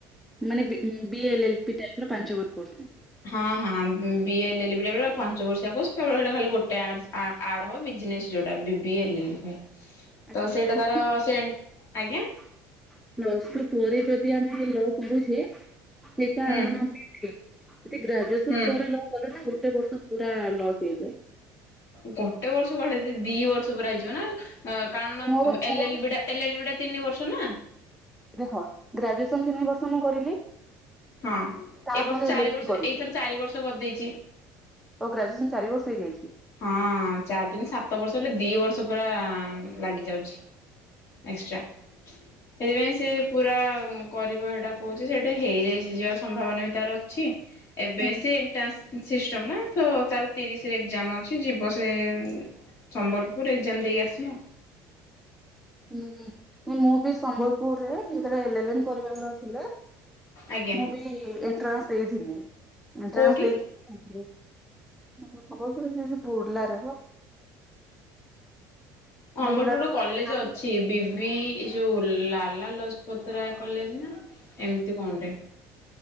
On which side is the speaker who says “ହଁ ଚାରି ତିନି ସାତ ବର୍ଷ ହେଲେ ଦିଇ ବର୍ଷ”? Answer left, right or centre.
Left